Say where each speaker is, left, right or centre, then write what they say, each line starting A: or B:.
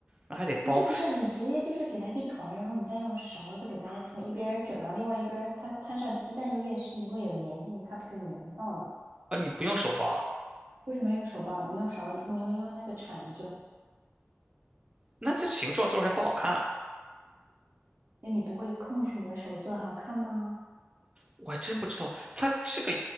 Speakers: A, on the right (about 25°); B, on the right (about 75°).
A: 那还得包
B: 不是不是啊，你直接就是给它一团，然后你再用勺子给它从一边儿卷到另外一边儿它摊上鸡蛋液是你会有粘性，它不就粘上了吗？
A: 啊？你不用手包啊？
B: 为什么要用手把儿你用勺子，你用你用那个铲子就好。
A: 那这形状做出来不好看啊？
B: 那你不会控制你的手做的好看吗？
A: 我还真不知道，它这个